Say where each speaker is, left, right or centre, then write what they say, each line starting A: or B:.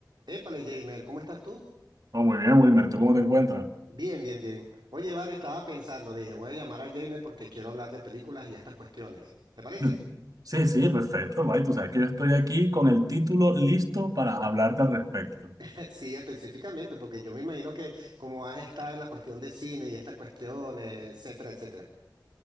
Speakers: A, on the right (about 80°); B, on the right (about 55°).
A: Épale, Jamer, ¿cómo estás tú?
B: Oh, muy bien, Wilmer, ¿tú cómo te encuentras? <laughs>
A: Bien, bien, bien. Oye, vale, estaba pensando, dije, voy a llamar a Jamer porque quiero hablar de películas y estas cuestiones. ¿Te parece?
B: Hmm. Sí, sí, perfecto, bye. Tú sabes que yo estoy aquí con el título listo para hablarte al respecto.
A: <laughs> Sí, específicamente, porque yo me imagino que como has estado en la cuestión de cine y estas cuestiones, etcétera, etcétera.